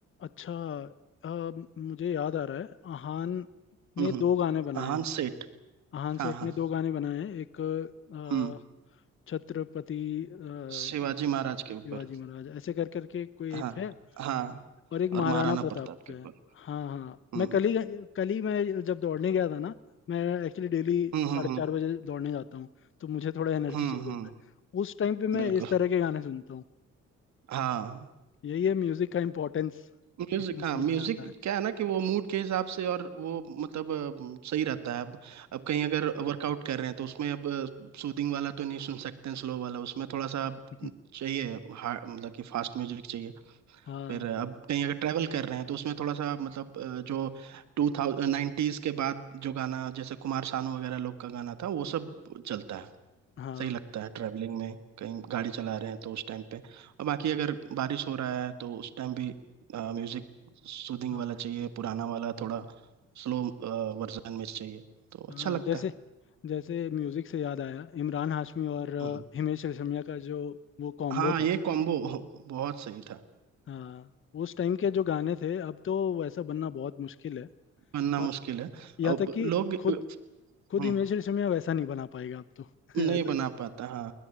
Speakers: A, on the left; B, on the right.
A: अच्छा अ, मुझे याद आ रहा है अहान ने
B: हम्म
A: दो गाने बनाए
B: अहान
A: हैं
B: सेठ
A: अहान सेठ
B: हाँ हाँ
A: ने दो गाने बनाए हैं एक अ,
B: हम्म
A: छत्रपति अ,
B: शिवाजी महाराज के ऊपर
A: शिवाजी महाराज ऐसे कर करके कोई एक
B: हाँ
A: है
B: हाँ
A: और एक
B: और
A: महाराणा
B: महाराणा
A: प्रताप
B: प्रताप
A: पे
B: के ऊपर
A: है हाँ हाँ
B: हम्म
A: मैं कल ही कल ही मैं जब दौड़ने गया था ना मैं एक्चुअली डेली
B: हम्म
A: साढ़े
B: हम्म हम्म
A: चार बजे दौड़ने जाता हूँ तो मुझे थोड़ा एनर्जी
B: हम्म,
A: चाहिए
B: हम्म,
A: होता है उस टाइम पे
B: बिल्कुल
A: मैं इस तरह के गाने सुनता हूँ
B: हाँ
A: यही है म्यूजिक का इम्पोर्टेंस
B: म्यूजिक
A: इसी में
B: हाँ
A: समझ
B: म्यूजिक
A: में आता है
B: क्या है ना कि वो मूड के हिसाब से और वो मतलब अ, सही रहता है अब अब कहीं अगर वर्कआउट कर रहे हैं तो उसमें अब सूदिंग वाला तो नहीं सुन सकते हैं स्लो वाला उसमें थोड़ा सा
A: <laughs>
B: चाहिए हा- मतलब कि फास्ट म्यूजिक चाहिए
A: हाँ
B: फिर अब कहीं अगर ट्रैवल कर रहे हैं तो उसमें थोड़ा सा मतलब अ, जो टू थाउजेंड नाइन्टीज के बाद जो गाना जैसे कुमार सानू वगैरह लोग का गाना था वो सब चलता है
A: हाँ
B: सही लगता है ट्रैवलिंग में कहीं गाड़ी चला रहे हैं तो उस टाइम पे और बाकी अगर बारिश हो रहा है तो उस टाइम भी म्यूजिक सूदिंग
A: हाँ
B: वाला चाहिए पुराना वाला थोड़ा स्लो वर्जन में चाहिए तो
A: हाँ
B: अच्छा लगता
A: जैसे
B: है
A: जैसे म्यूजिक से याद आया इमरान हाशमी और अ,
B: हम्म।
A: हिमेश रेशमिया का जो वो कॉम्बो
B: हाँ ये
A: था
B: कॉम्बो <laughs> बहुत सही था
A: हाँ उस टाइम के जो गाने थे अब तो वैसा बनना बहुत मुश्किल है
B: बनना
A: और
B: मुश्किल है
A: यहाँ
B: अब
A: तक कि
B: लोग
A: खुद खुद
B: हम्म
A: हिमेश रेशमिया वैसा नहीं बना पाएगा अब तो
B: नहीं
A: <laughs> ऐसा
B: बना पाता हाँ